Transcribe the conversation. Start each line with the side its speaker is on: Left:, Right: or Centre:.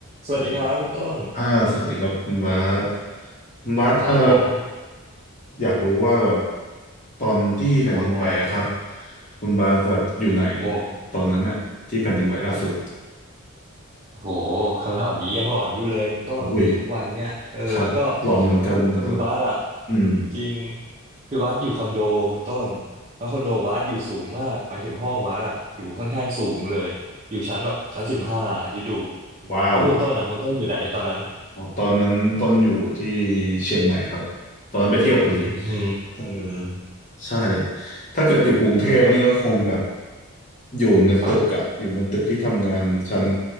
Right: สวัสดีครับคุณต้น
Left: สวัสดีอ่าสวัสดีครับคุณบาสคุณบาสเอ่อ
Right: ครับผม
Left: อยากรู้ว่าแบบตอนที่แผ่นดินไหวอะครับ
Right: ว่าไง
Left: คุณบาสแบบอยู่ไหน
Right: โอ้โห
Left: ตอนนั้นอะที่แผ่นดินไหวล่าสุด
Right: โอ้โหคำถามนี้ยังหลอนอยู่เลยคุณต้นถึงทุกวันเนี่ยเออก็
Left: อุ้ยครับหลอนเหมือนกันแต่แบบ
Right: คือคือบาสอะ
Left: อืม
Right: จริงคือบาสอยู่คอนโดคุณต้นแล้วคอนโดบาสอยู่สูงมากหมายถึงห้องบาสอะอยู่ค่อนข้างสูงเลยอยู่ชั้นแบบชั้นสิบห้าคิดดู
Left: ว้าว
Right: แล้วคุณต้นอะคุณต้นอยู่ไหนตอนนั้น
Left: อ๋อตอนนั้นต้นอยู่ที่เชียงใหม่ครับตอนนั้นไปเที่ยวพอดี
Right: อือหื
Left: เออ
Right: อ
Left: ใช่ถ้าเกิดอยู่กรุงเทพนี่ก็คงแบบ
Right: แล้ว
Left: อยู่ในตึกอะอยู่บนตึกที่ทำงานชั้น
Right: ครับ